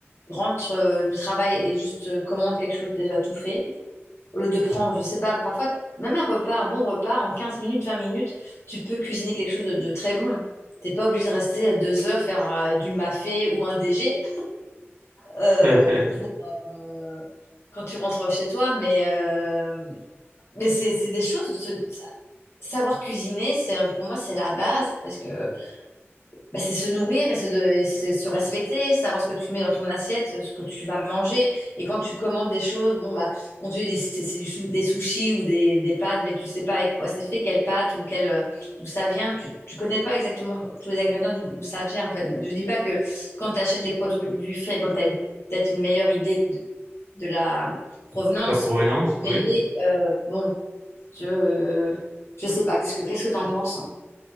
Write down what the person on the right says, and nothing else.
<laughs>
La provenance,
oui.